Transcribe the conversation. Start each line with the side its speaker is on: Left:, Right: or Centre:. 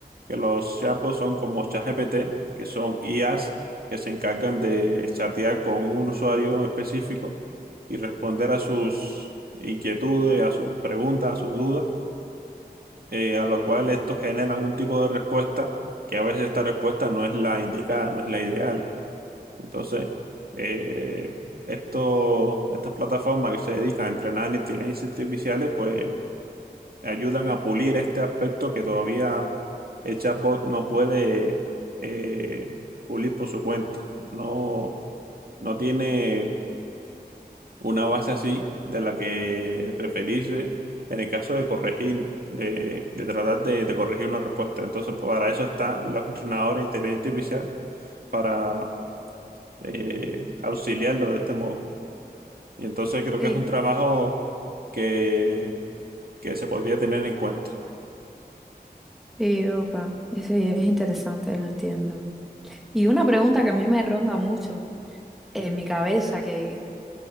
Right: que los chatbots son como ChatGPT, que son IAs que se encargan de chatear con un usuario específico y responder a sus inquietudes, a sus preguntas, a sus dudas, eh, a lo cual esto genera algún tipo de respuesta, que a veces esta respuesta no es la indicada, no es la ideal. Entonces, eh, esto- estas plataformas que se dedican a entrenar en inteligencias artificiales, pues ayudan a pulir este aspecto que todavía el chatbot no puede eh, pulir por su cuenta. No, no tiene una base así de la que referirse en el caso de corregir, de, de tratar de, de corregir una respuesta. Entonces, pues, para eso están los entrenadores de inteligencia artificial, para eh, auxiliarlo de este modo. Y entonces creo
Centre: Sí,
Right: que es un trabajo que, que se podría tener en cuenta.
Centre: sí, ok. Sí, es interesante, lo entiendo. Y una pregunta que a mí me ronda mucho. en mi cabeza, que